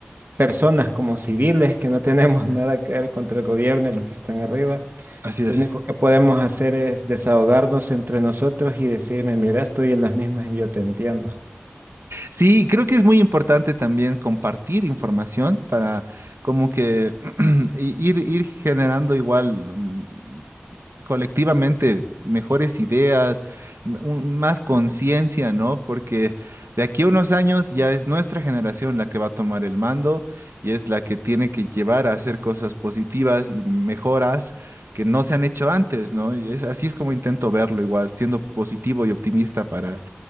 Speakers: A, on the right; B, on the right.
A: personas, como civiles que no tenemos nada que ver contra el gobierno y los que están arriba,
B: Así
A: lo
B: es.
A: único que podemos hacer es desahogarnos entre nosotros y decirme, mira, estoy en las mismas y yo te entiendo.
B: Sí, creo que es muy importante también compartir información para como que <clears throat> i- ir, ir generando igual mm, colectivamente mejores ideas, m- un- más conciencia, ¿no? Porque de aquí a unos años ya es nuestra generación la que va a tomar el mando y es la que tiene que llevar a hacer cosas positivas y mejoras que no se han hecho antes, ¿no? Y es, así es como intento verlo igual, siendo positivo y optimista para,